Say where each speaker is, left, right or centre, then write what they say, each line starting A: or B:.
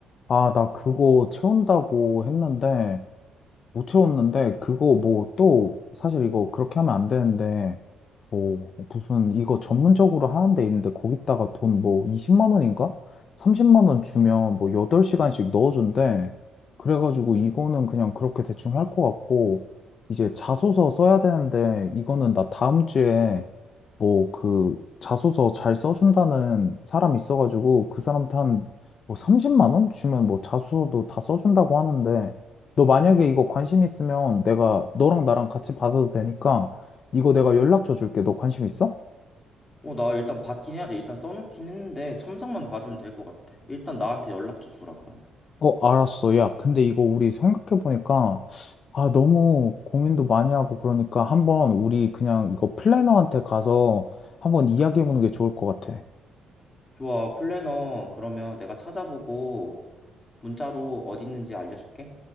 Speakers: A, on the left; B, on the left.
A: 아, 나 그거 채운다고 했는데, 못 채웠는데 그거 뭐 또 사실 이거 그렇게 하면 안 되는데 뭐 무슨 이거 전문적으로 하는 데 있는데 거기다가 돈 뭐 20만 원인가? 30만 원 주면 뭐 8시간씩 넣어준대. 그래가지고 이거는 그냥 그렇게 대충 할 것 같고 이제 자소서 써야 되는데 이거는 나 다음 주에 뭐 그 자소서 잘 써준다는 사람 있어가지고 그 사람한테 한뭐 30만 원 주면 뭐 자소서도 다 써준다고 하는데 너 만약에 이거 관심 있으면 내가 너랑 나랑 같이 받아도 되니까 이거 내가 연락줘 줄게. 너 관심 있어?
B: 어, 나 일단 받긴 해야 돼. 일단 써놓긴 했는데 첨삭만 받으면 될 것 같아. 일단 나한테 연락처 주라 그러면.
A: 어, 알았어. 야, 근데 이거 우리 생각해보니까 아, 너무 고민도 많이 하고 그러니까 한번 우리 그냥 이거 플래너한테 가서 한번 이야기해보는 게 좋을 것 같아.
B: 좋아, 플래너 그러면 내가 찾아보고 문자로 어디 있는지 알려줄게.